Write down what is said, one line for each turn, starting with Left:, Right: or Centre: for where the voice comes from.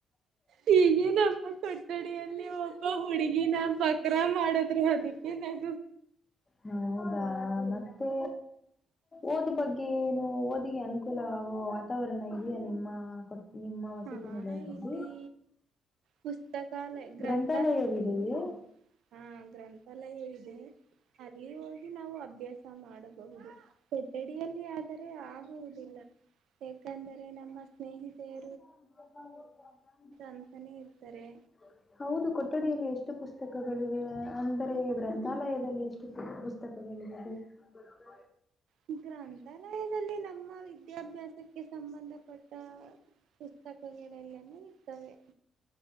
Right: ಹ್ಮ ನಮ್ಮ ಕೊಠಡಿಯಲ್ಲಿ ಒಬ್ಬ ಹುಡುಗಿನ ಬಕ್ರಾ ಮಾಡಿದ್ರೆ ಅದಕ್ಕೆ ನ
Left: ಹ ಹೌದಾ ಮತ್ತೆ ಓದ ಬಗ್ಗೆ ಏನು ಓದಿಗೆ ಅನುಕೂಲವಗುವ ವಾತಾವರಣ ಇದೆ ಈ ನಿಮ್ಮ ಕೊ ನಿಮ್ಮ ವಸತಿ
Right: ಹಾ
Left: ನಿಲಯದಲ್ಲಿ
Right: ಇಲ್ಲಿ ಪುಸ್ತಕಾಲಯ ಗ್ರಂಥಾಲಯ
Left: ಗ್ರಂಥಾಲಯವಿದೆಯೇ
Right: ಇದೆ ಹಾ ಗ್ರಂಥಾಲಯ ಇದೆ ಅ ಅಲ್ಲಿ ಹೋಗಿ ನಾವು ಅಭ್ಯಾಸ ಮಾಡಬಹುದು ಕೊಠಡಿಯಲ್ಲಿ ಆದರೆ ಆಗುವುದಿಲ್ಲ ಯಾಕಂದರೆ ನಮ್ಮ ಸ್ನೇಹಿತೆಯ
Left: <unintelligible>
Right: ಅಂತಾನೆ ಇರ್ತಾರೆ
Left: ಹೌದು ಕೊಟ್ಟ ಕೊಠಡಿಯಲ್ಲಿ ಎಷ್ಟು ಪುಸ್ತಕಗಳಿವೆ ಅಂದರೆ ಗ್ರಂಥಾಲಯದಲ್ಲಿ ಎಷ್ಟು ಪುಸ್ತಕಗಳಿವೆ ಬರ್ತ <unintelligible>
Right: <unintelligible> <inaudible> ಗ್ರಂಥಾಲಯದಲ್ಲಿ ನಮ್ಮ ವಿದ್ಯಾಭ್ಯಾಸಕ್ಕೆ ಸಂಬಂಧಪಟ್ಟ <unintelligible> ಪುಸಕ್ಕಗಳೆಲ್ಲನ ಇರ್ತವೆ